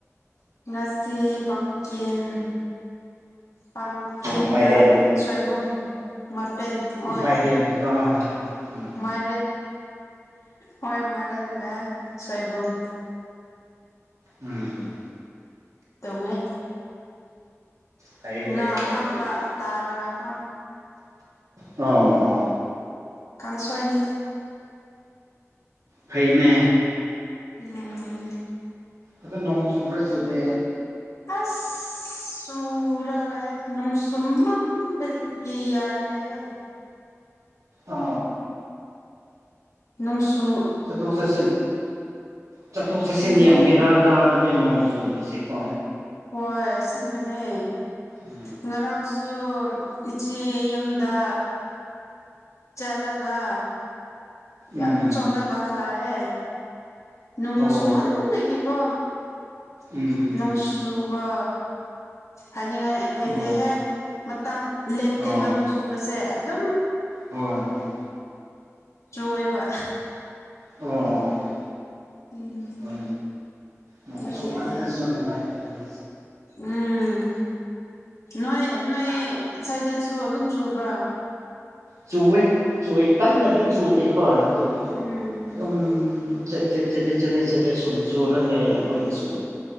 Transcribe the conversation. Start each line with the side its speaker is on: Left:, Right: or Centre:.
Left: ꯉꯁꯤ ꯄꯥꯝꯀꯤꯟ ꯄꯥꯝꯀꯤꯟꯒ
Right: ꯑꯥ ꯃꯥꯏꯔꯦꯟ
Left: ꯁꯣꯏꯕꯨꯝ ꯃꯄꯦꯟ ꯑꯣꯏ
Right: ꯃꯥꯏꯔꯦꯟ ꯀꯣ ꯎꯝ
Left: ꯃꯦ ꯍꯣꯏ ꯃꯔꯦꯟꯗ ꯁꯣꯏꯕꯨꯡ
Right: ꯎꯝ
Left: ꯇꯧꯅꯦ
Right: ꯐꯩ
Left: ꯉ
Right: ꯐꯩ
Left: ꯑꯀꯪꯕ
Right: ꯐꯩ ꯑꯗꯨꯗꯤ
Left: ꯇꯥꯔꯒꯀꯣ
Right: ꯑꯣ ꯑꯣ
Left: ꯀꯥꯡꯁꯣꯢꯅꯦ
Right: ꯐꯩꯅꯦ
Left: ꯎꯝ
Right: ꯑꯗꯨ ꯅꯣꯡ ꯆꯨꯕ꯭ꯔ ꯆꯨ ꯗꯦ
Left: ꯑꯥꯁ ꯆꯨꯔꯒ ꯅꯣꯡꯁꯨ ꯃꯝꯕꯒꯤ ꯌꯥꯗ꯭ꯔꯦ ꯍꯦ
Right: ꯑꯣ
Left: ꯅꯪꯁꯨ
Right: ꯆꯠꯊꯣꯛ ꯆꯠꯁꯤꯟ ꯆꯠꯊꯣꯛ ꯆꯠꯁꯤꯟꯗ
Left: ꯎꯝ
Right: ꯌꯥꯝ ꯕꯦꯔꯥ ꯀꯥꯕꯅꯦ ꯅꯣꯡ ꯆꯨꯕꯁꯦꯀꯣ
Left: ꯍꯣꯏ ꯑꯁꯦꯡꯕꯅꯦ
Right: ꯎꯝ
Left: ꯉꯔꯥꯡꯁꯨ ꯗꯨ ꯏꯆꯦ ꯌꯨꯝꯗ ꯆꯂꯒ ꯌꯥꯝ
Right: ꯎꯝ
Left: ꯆꯣꯂꯒ ꯍꯥꯜꯂꯛꯑꯦ ꯅꯣꯡ
Right: ꯑꯣ
Left: ꯁꯨꯃꯟ ꯂꯩꯒꯦꯀꯣ
Right: ꯎꯝ
Left: ꯅꯣꯡ
Right: ꯎꯝ
Left: ꯆꯨꯕ ꯍꯥꯏꯅꯤꯡꯉꯥꯏ ꯂꯩꯇꯦꯍꯦ
Right: ꯑꯣ
Left: ꯃꯇꯝ ꯂꯦꯞꯇꯦꯕ
Right: ꯑꯣ
Left: ꯅꯨꯡꯁꯨꯕꯁꯦ ꯑꯗꯨꯝ
Right: ꯍꯣꯏ ꯍꯣꯏ
Left: ꯆꯨꯏꯕ
Right: ꯑꯣ ꯑꯣ
Left: ꯎꯝ
Right: ꯍꯣꯏ ꯅꯣꯡ
Left: ꯑꯗꯨꯒꯤ
Right: ꯆꯨꯃꯜꯂꯁꯨ ꯅꯨꯡꯉꯥꯏꯇꯕ ꯅꯦ
Left: ꯎꯝ ꯅꯣꯏ ꯅꯣꯏ ꯁꯨꯋꯥꯏꯗꯁꯨ ꯑꯗꯨꯝ ꯆꯨꯕ꯭ꯔꯥ
Right: ꯆꯨꯋꯦ ꯆꯨ ꯀꯟꯅꯗꯤ ꯆꯨꯗꯦꯀꯣ ꯑꯗꯨꯕꯨ
Left: ꯎꯝ
Right: ꯑꯗꯨꯨꯝ ꯆꯠ ꯆꯠ ꯆꯄꯦꯠ ꯆꯠꯄꯦꯠ ꯆꯠꯄꯦꯠ ꯁꯨꯝ ꯆꯨꯔ ꯂꯩ ꯑꯩꯈꯣꯏꯗꯁꯨ